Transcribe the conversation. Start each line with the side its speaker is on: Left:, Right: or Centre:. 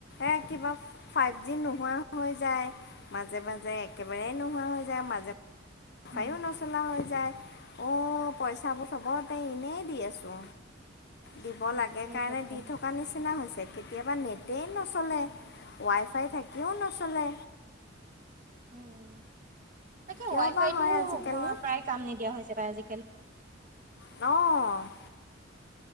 Left: এ কিবা ফা যি নোহোৱা হৈ যায় মাজে-মাজে একেবাৰে নোহোৱা হৈ যায় মাজে চফায়ো
Right: উম
Left: নচলা হৈ যায় অ, পইচাবোৰ চবতে এনেই দি আছো। দিব লাগে
Right: তাকে
Left: কাৰণে,
Right: তাকে
Left: দি থকাৰ নিচিনা হৈছে। কেতিয়াবা নেটেই নচলে, ৱাইফাই থাকিও নচলে।
Right: উম তাকে
Left: কিয়
Right: ৱাইফাইতটো
Left: বা হয় আজিকালি
Right: প্ৰায় কাম নিদিয়া হৈছে বা আজিকালি
Left: অ',